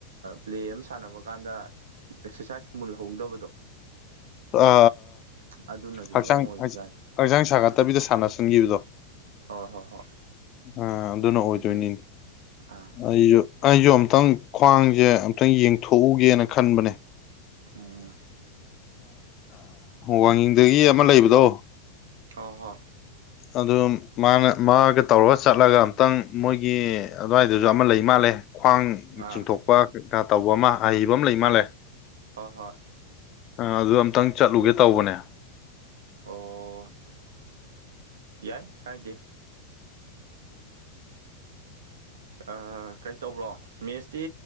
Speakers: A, on the right; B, on the left.
A: ꯄ꯭ꯂꯦ ꯑꯃ ꯁꯥꯟꯅꯕ ꯀꯥꯟꯗ ꯑꯦꯛꯁꯔꯁꯥꯏꯁ ꯃꯨꯜꯍꯧꯗꯕꯗꯣ
B: ꯑ
A: ꯑꯗꯨꯅꯁꯨ
B: ꯍꯛꯆꯥꯡ
A: ꯃꯔꯝ ꯑꯣꯏꯕꯖꯥꯠꯅꯤ
B: ꯍꯛꯆꯥꯡ ꯁꯥꯒꯠꯇꯕꯤꯗ ꯁꯥꯟꯅꯁꯤꯟꯈꯤꯕꯗꯣ
A: ꯍꯣꯏ ꯍꯣꯏ ꯍꯣꯏ
B: ꯑ ꯑꯗꯨꯅ ꯑꯣꯏꯗꯣꯏꯅꯤꯅꯦ
A: ꯑꯗꯨ ꯑꯥ
B: ꯑꯩꯁꯨ ꯑꯩꯁꯨ ꯑꯨꯛꯇꯪ ꯈ꯭ꯋꯥꯡꯁꯦ ꯑꯝꯛꯇꯪ ꯌꯦꯡꯊꯣꯛꯎꯒꯦꯅ ꯈꯟꯕꯅꯦ
A: ꯑꯥ
B: ꯋꯥꯡꯤꯡꯗꯒꯤ ꯑꯃ ꯂꯩꯕꯗꯣ
A: ꯍꯣꯏ ꯍꯣꯏ
B: ꯑꯗꯨ ꯃꯥꯅ ꯃꯥꯒ ꯇꯧꯔꯒ ꯆꯠꯂꯒ ꯑꯝꯇꯪ ꯃꯣꯏꯒꯤ ꯑꯗꯨꯋꯥꯏꯗꯨꯁꯨ ꯑꯃ ꯂꯩ ꯃꯥꯜꯂꯦ ꯈ꯭ꯋꯥꯡ
A: ꯑꯥ
B: ꯆꯤꯡꯊꯣꯛꯄ ꯇꯧꯕ ꯑꯃ ꯑꯍꯩꯕ ꯑꯃ ꯂꯩ ꯃꯥꯜꯂꯦ
A: ꯍꯣꯏ ꯍꯣꯏ ꯍꯣꯏ
B: ꯑ ꯑꯗꯨ ꯑꯝꯇꯪ ꯆꯠꯂꯨꯒꯦ ꯇꯧꯕꯅꯦ
A: ꯑꯣ ꯌꯥꯏ ꯀꯥꯏꯗ ꯑ ꯀꯩꯇꯧꯕ꯭ꯔꯣ ꯃꯦꯁꯇꯤ